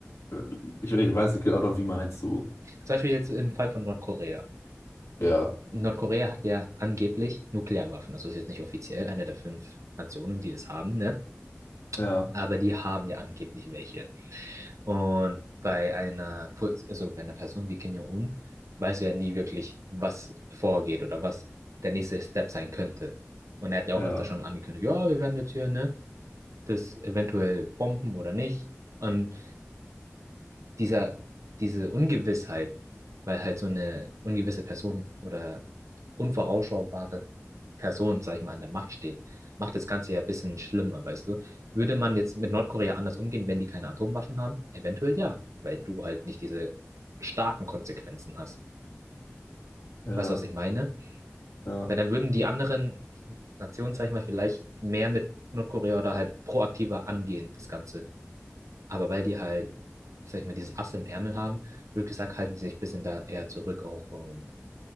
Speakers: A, on the left; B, on the right.
A: äh, ich, ich weiß nicht genau, wie meinst du?
B: Zum Beispiel jetzt im Fall von Nordkorea.
A: Ja,
B: Nordkorea hat ja angeblich Nuklearwaffen. Also ist jetzt nicht offiziell eine der fünf Nationen, die das haben, ne?
A: ja,
B: Aber die haben ja angeblich welche. Und bei einer, Pu- also bei einer Person wie Kim Jong-un weißt du ja nie wirklich, was vorgeht oder was der nächste Step sein könnte. Und er hat ja
A: ja,
B: auch öfter schon angekündigt, ja, wir werden jetzt hier, ne, das eventuell bomben oder nicht. Und dieser, diese Ungewissheit, weil halt so eine ungewisse Person oder unvorausschaubare Person, sag ich mal, an der Macht steht, macht das Ganze ja ein bisschen schlimmer, weißt du? Würde man jetzt mit Nordkorea anders umgehen, wenn die keine Atomwaffen haben? Eventuell ja, weil du halt nicht diese starken Konsequenzen hast.
A: ja,
B: Weißt du, was ich meine?
A: ja.
B: Weil dann würden die anderen Nationen, sag ich mal, vielleicht mehr mit Nordkorea oder halt proaktiver angehen, das Ganze. Aber weil die halt, sag ich mal, dieses Ass im Ärmel haben, blöd gesagt, halten die sich ein bisschen da eher zurück auch und